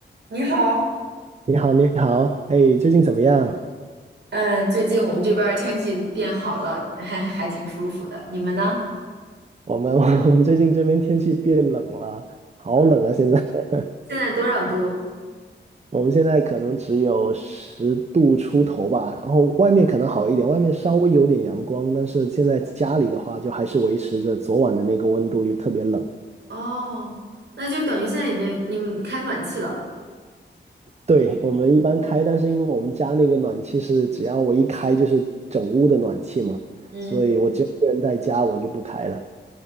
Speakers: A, on the right; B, on the right.
A: 你好，
B: 你好，你好，哎，最近怎么样？
A: 嗯，最近我们这边儿天气变好了，还还挺舒服的。你们呢？
B: 我们 <laughs> 我们最近这边天气变冷了，好冷啊！
A: 嗯，
B: 现在 <laughs>
A: 现在多少度？
B: 我们现在可能只有十度出头吧，然后外面可能好一点，外面稍微有点阳光，但是现在家里的话就还是维持着昨晚的那个温度，就特别冷。
A: 哦，那就等于现在已经你们开暖气了。
B: 对，我们一般开，但是因为我们家那个暖气是只要我一开就是整屋的暖气嘛，
A: 嗯
B: 所以我只有一个人在家，我就不开了。